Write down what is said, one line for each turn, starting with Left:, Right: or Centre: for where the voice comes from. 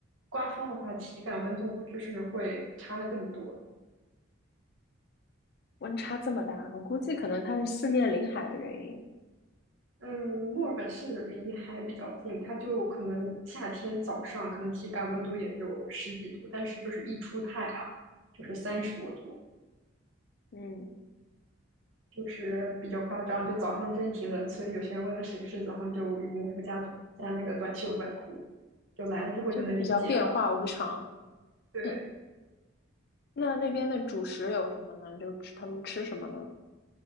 Right: 刮风的话体感温度就是会差的更多。
Left: 温差这么大，我估计可能它是四面临海的原因，
Right: 嗯，墨尔本是离海比较近，它就可能夏天早上可能体感温度也就十几度，但是就是一出太阳就是三十多度。
Left: 嗯，
Right: 就是比较夸张，就早上真挺冷，所以有些人为了省事，早上就羽绒服加短加那个短袖短裤，就来了之后就能理解了。
Left: 就比较变化无常。
Right: 对，
Left: <laughs> 那那边的主食有什么呢？就吃他们吃什么呢？